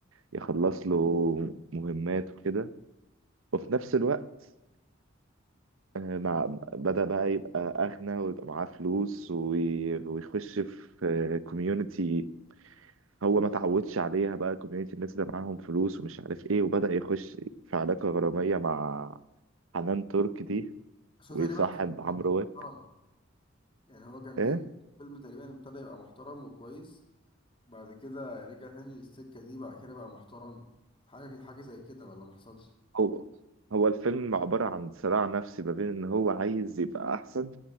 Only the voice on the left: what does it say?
بس
هو تقريبا كان
كان
محترم يعني هو كان
جه فيلم تقريبا ابتدى يبقى محترم وكويس بعد كده رجع تاني للسكة دي بعد كده بقى محترم حاجة كده حاجة زي كده ولا محصلش